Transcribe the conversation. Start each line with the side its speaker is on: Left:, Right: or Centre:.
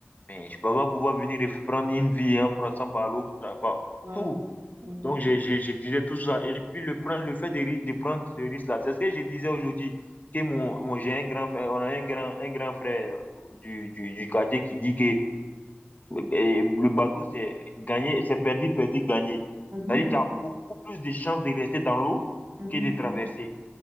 Left: Mais je peux pas pouvoir venir et f- prendre une vie en passant par l'autre, par
Right: voilà.
Left: tout.
Right: Mhm,
Left: Donc, je, je, je disais tout ça. Et puis, le, prendre, le fait de, ri- de prendre ce risque-là, c'est ce que je disais aujourd'hui. Que mon, mon, j'ai un grand frère, on a un grand, un grand frère du, du, du quartier qui dit que et le bateau, c'est gagner, c'est perdu, perdu, gagné
Right: mhm,
Left: C'est-à-dire que tu as beaucoup plus de chances de rester dans l'eau
Right: mhm,
Left: que de traverser.